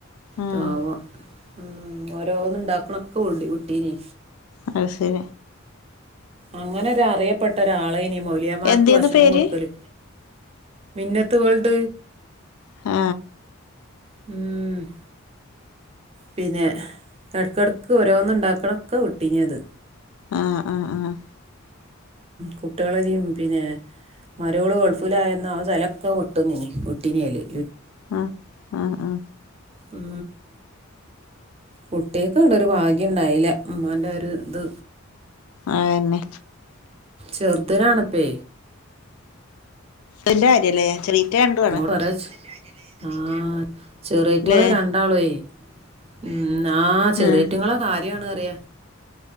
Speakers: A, on the left (about 85°); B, on the right (about 30°).
A: ആഹ് ആഹ്
B: താവാ ഉം ഓരോന്ന ഉണ്ടാക്കണൊക്കെ കുട്ടീന്
A: അത് ശരി
B: അങ്ങനെ ഒ ഒരു അറിയപ്പെട്ട ഒരാളെ ഇനി മൗലിയമാർക്ക്
A: എന്തേന്നു
B: ഭക്ഷണം
A: പേര്
B: കൊടുക്കല് മിന്നത്ത്കേൾഡ
A: ആ
B: മ്മ <inaudible> പിന്നെ ഇടക്കിടക്ക് ഓരോന്ന് ഉണ്ടാക്കണൊക്കെ ഒട്ടിഞ്ഞത്
A: ആ ആ ആ
B: കുട്ടികളും പിന്നെ മരുമോള് ഗൾഫിലായുന്ന ആ ചലക്കെ ഒട്ടുന്ന ഉട്ടിനിയല് <unintelligible>
A: ആ ആ ആ
B: ഉ കുട്ടിയക്കെ ഇവിടെരു ഭാഗ്യ ഉണ്ടായില്ല അമ്മാന്റെ ഒരു ഇത്
A: ആ തന്നെ
B: ചെറുതനാണപ്പേ
A: എന്റെ കാര്യല്ലേ ചെറിയേറ്റ രണ്ടും ആണ്
B: അങ്ങോട ഒ ആ ചെറിയതങ്ങള്
A: ല്ലേ
B: രണ്ടാളുവേ ഉ ആ ചെറിയറ്റങ്ങളെ
A: ആഹ്
B: കാര്യമാണ്